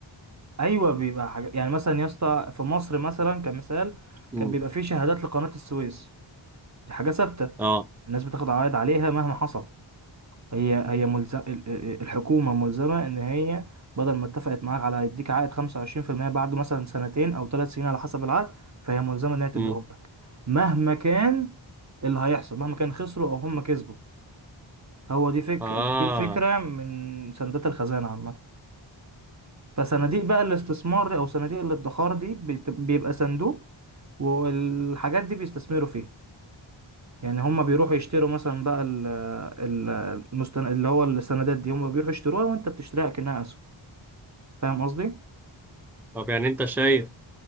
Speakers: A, on the right; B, in the centre.
A: ايوه بيبقى حاجه يعني مثلا يا اسطى في مصر مثلا كمثال
B: امم
A: كان بيبقى فيه شهادات لقناه السويس دي حاجه ثابته
B: اه
A: الناس بتاخد عوائد عليها مهما حصل هي هي ملزم الحكومة ملزمة إن هي بدل ما اتفقت معاك على هيديك عائد 25% بعد مثلا سنتين أو ثلاث سنين على حسب العقد فهي ملزمة إن هي تديهم
B: امم
A: لك مهما كان اللي هيحصل مهما كان خسروا أو هم كسبوا هو دي فك
B: اه
A: دي الفكرة من صندوق الخزانة عامة فصناديق بقى الاستثمار أو صناديق الادخار دي بت- بيبقى صندوق والحاجات دي بيستثمروا فيها يعني هم بيروحوا يشتروا مثلا بقى ال ال المستن... اللي هو السندات دي هم بيروحوا يشتروها وانت بتشتريها كأنها اسهم فاهم قصدي
B: طب يعني انت شايف